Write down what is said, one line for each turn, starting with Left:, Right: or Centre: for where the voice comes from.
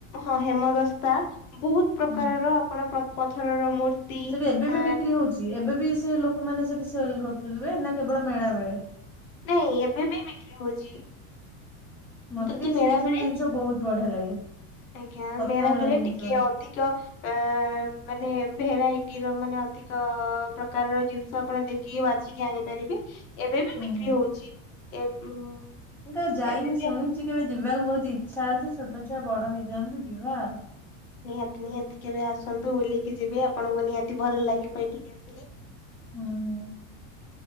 Left: ହଁ ହେମଦସ୍ତା ବହୁତ ପ୍ରକାରର
Centre: ହୁଁ
Left: ଆପଣ ପ୍ର ପଥରର ମୂର୍ତ୍ତି
Centre: ସେଠି ଏବେ
Left: ଆ
Centre: ବି ବିକ୍ରି ହଉଛି, ଏବେ ବି ସେ ଲୋକମାନେ ସେଠି ସେଲ କରୁ ନା କେବଳ ମେଳା ବେଳେ?
Left: ନାଇଁ, ଏବେ ବି ବିକ୍ରି ହଉଛି।
Centre: ମତେ
Left: କିନ୍ତୁ
Centre: ଟିକେ
Left: ମେଳା
Centre: ସେଇ
Left: ବେଳେ,
Centre: ସବୁ ଜିନିଷ ବହୁତ ବଢିଆ ଲାଗେ
Left: ଆଜ୍ଞା
Centre: ପଥରର
Left: ମେଳା ବେଳେ
Centre: ଜିନିଷ
Left: ଟିକେ
Centre: ଗୁଡା
Left: ଅଧିକ ଅ ମାନେ ଭେରାଇଟିର ମାନେ ଅଧିକ ପ୍ରକାରର ଜିନିଷ ଆପଣ ଦେଖ କି ବାଜିକି ଆଣିପାରିବେ। ଏବେ ବି
Centre: ହୁଁ
Left: ବିକ୍ରି
Centre: ହୁଁ।
Left: ହଉଛି। ଏବ ଉଁ
Centre: ମୁଁ କେବେ ଯାଇନି
Left: ଏବେ ବି
Centre: ଶୁଣିିଛି,
Left: ଆପଣ
Centre: କେବଳ ଯିବାକୁ ବହୁତ ଇଚ୍ଛା ଅଛି। ଛୋଟ ଛୁଆ ବଡ ହେଇଯାଆନ୍ତୁ ଯିବା ଆଉ।
Left: ନିହାତି, ନିହାତି କେବେ ଆସନ୍ତୁ। ବୁଲିକି ଯିବେ ଆପଣଙ୍କୁ ନିହାତି ଭଲ ଲାଗିିବ ଏଠିକି ଆସିଲେ।
Centre: ହୁଁ ହୁଁ